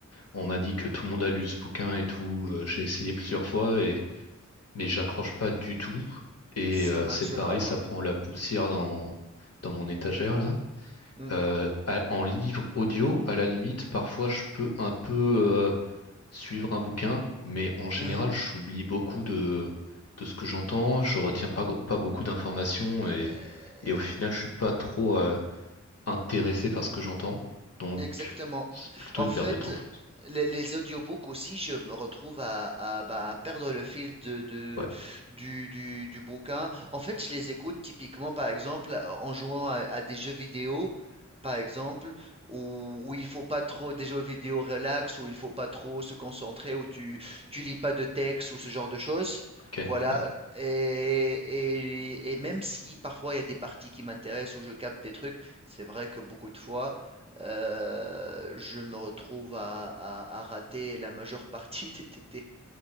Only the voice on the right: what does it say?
ça
matche
pas,
ouais.
Hmm,
mhm.
Euh,
Exactement.
En
fait,
les, les audiobooks aussi, je me retrouve à, à, bah, perdre le fil de, de-
du, du- du bouquin. En fait, je les écoute typiquement, par exemple, en jouant à, à des jeux vidéo, par exemple, où, où il faut pas trop, des jeux vidéo relax, où il faut pas trop se concentrer, où tu, tu lis pas de texte ou ce genre de choses.
Voilà,
et, et, et même si parfois il y a des parties qui m'intéressent où je capte des trucs, c'est vrai que beaucoup de fois, heu, je me retrouve à à à rater la majeure partie <laughs> des des des